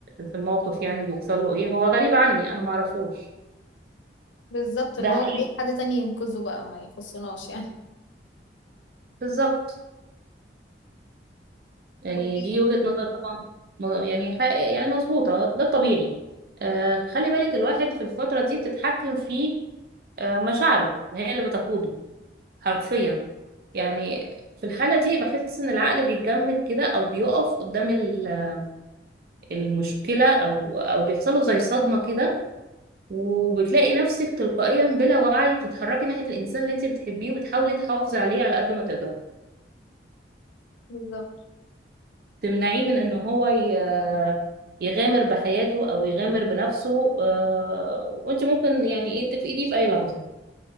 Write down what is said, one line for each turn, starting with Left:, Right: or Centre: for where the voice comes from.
Right: في الموقف يعني بيحصل له ايه هو غريب عني انا ما اعرفوش
Left: بالظبط اللي
Right: ده حقيقي
Left: هو اي حد تاني ينقذه بقى ما يخصناش يعني
Right: بالظبط يعني
Left: <laughs> اوكي
Right: دي وجهة نظر طبعا م- يعني حق يعني مظبوطة ده الطبيعي آه خلي بالك الواحد في الفترة دي بتتحكم في آه مشاعره ما هي اللي بتقوده حرفيا يعني في الحالة دي بحس إن العقل بيتجمد كده أو بيقف قدام ال- المشكلة أو أو بيحصله زي صدمة كده وبتلاقي نفسك تلقائيا بلا وعي بتتحركي ناحية الإنسان اللي أنت بتحبيه وبتحاولي تحافظي عليه على قد ما تقدري
Left: بالظبط
Right: تمنعيه من ان هو ي- يغامر بحياته او يغامر بنفسه آه، وانت ممكن يعني ايه تفقديه في اي لحظة